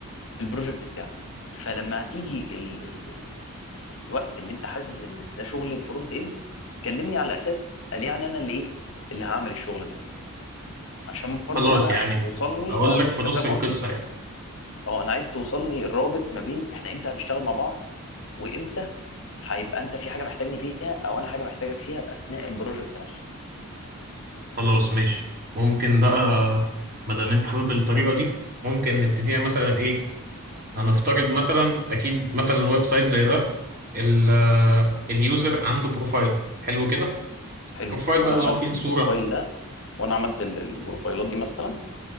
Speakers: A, on the left; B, on the right.
A: في البروجكت بتاعك فلما هتيجي ال ال ال ال- الوقت اللي انت حاسس ان ده شغل الفرونت اند كلمني على اساس قال يعني انا اللي ايه اللي هعمل الشغل ده عشان برضو
B: خلاص
A: انا
B: يعني
A: توصلني
B: اقول
A: اه
B: لك في
A: انت
B: نص
A: فاهم
B: القصة
A: قصدي
B: يعني
A: اه انا عايز توصلني الرابط ما بين احنا امتى هنشتغل مع بعض وامتى هيبقى انت في حاجه محتاجني فيها او انا حاجه محتاجك فيها اثناء البروجكت نفسه
B: خلاص ماشي ممكن بقى ما دام انت حابب الطريقة دي ممكن نبتديها مثلا ايه هنفترض مثلا اكيد مثلا ويب سايت زي ده ال- اليوزر عنده بروفايل حلو كده
A: حلو
B: بروفايل
A: وانا
B: بقى اللي
A: عملت
B: هو فيه
A: البروفايل
B: الصورة
A: ده وانا عملت ال- البروفايلات دي مثلا